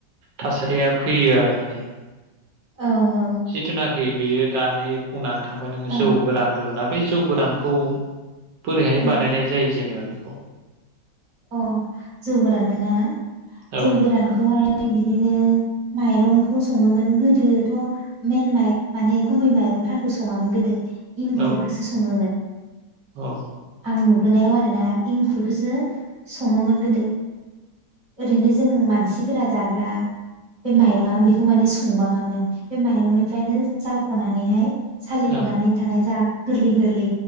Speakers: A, on the right; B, on the right.
A: थासारिया फैयो आरो माने
B: औ औ
A: जिथुना ए बेयो दानि फुनान थांबाय नोङो
B: ओं
A: जौ गोरान होनदोंना बे जौ गोरानखौ बोरैहाय
B: उम
A: बानायनाय जायो जेनेबा बेखौ
B: अ जौ गोरान खोना
A: औ
B: जौ गोरानखौहाय आयै बिदिनो माइरंखौ सङोमोन गोदोथ' मेन माइ माने गुबै माइरंफोरखौ सङामोन गोदो इंखुरखौसो
A: औ
B: सङोमोन
A: औ
B: आं नुबोनायाव आरो ना इंखुरखौसो सङोमोन गोदो ओरैनो जों मानसिफोरा जाग्रा बे माइरङा बेखौ माने संबाङामोन बे माइरनिफ्रायनो जा ख'नानैहाय सालिख'नानै
A: औ
B: थानाय जा गोरलै गोरलै